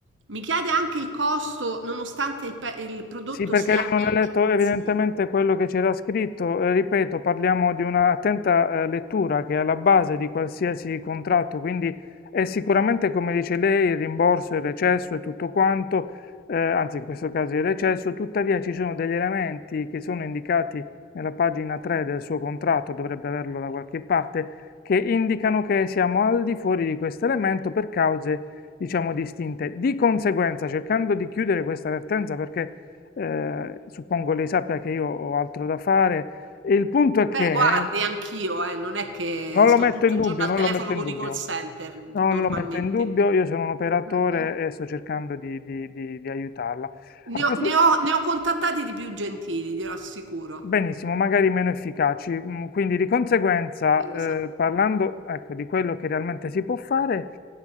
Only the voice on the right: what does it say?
mi chiede anche il costo, nonostante il, pe- il prodotto
sia
in
garanzia.
Beh, guardi, anch'io, eh, non è che
sto
tutto
il
giorno al
telefono
con
i call center normalmente.
Mm-mm.
Ne
ho, ne ho- ne ho contattati di più gentili, glielo assicuro.
Chi lo
sa?